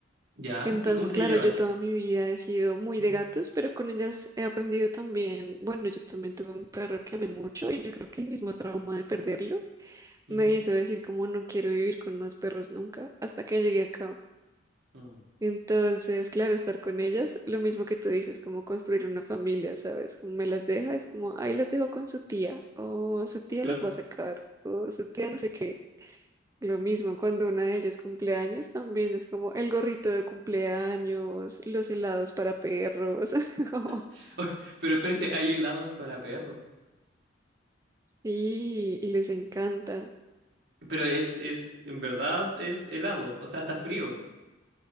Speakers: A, on the right; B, on the right.
A: ¿Ya?
B: Entonces,
A: ¿Y cómo se
B: claro,
A: llevan?
B: yo toda mi vida he sido muy
A: Mm,
B: de gatos, pero con ellas he aprendido también, bueno, yo también tuve un perro que amé mucho y yo creo que el mismo trauma de perderlo
A: mm,
B: me hizo decir como no quiero vivir con más perros nunca hasta que llegué acá.
A: mm,
B: Entonces, claro, estar con ellas, lo mismo que tú dices, como construir una familia, ¿sabes? Como me las deja, es como, ahí las dejo con su tía, o su tía
A: Claro.
B: las va a sacar, o su tía no sé qué. Lo mismo cuando una de ellas cumpleaños también es como el gorrito de cumpleaños, los helados para perros. <laughs> así como,
A: <laughs> Pero espérate, hay helados para perros.
B: Sí, y les encantan.
A: Pero es, es, en verdad es helado, o sea, está frío.